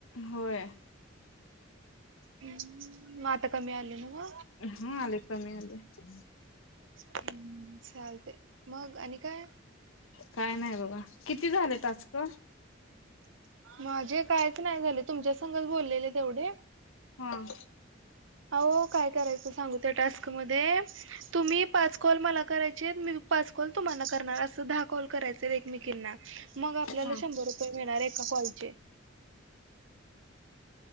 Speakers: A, on the left (about 85°); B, on the right (about 70°).
A: होय.
B: हं मग आता कमी आलं नवं
A: हा आलय कमी आलय.
B: हम्म चालतय,, मग आणि काय?
A: काय नाही बघ किती झाले टास्क.
B: माझे कायच नाही झाले तुमच्या संग बोललेले तेवढे.
A: हां
B: अहो काय करायचं सांगू त्या टास्क मध्ये तुम्ही पाच कॉल मला करायच. मी पाच कॉल तुम्हाला करणार असे दहा कॉल करायचे एकमेकींना. मग आपल्याला
A: हा
B: शंभर रुपये मिळणार एका कॉलचे.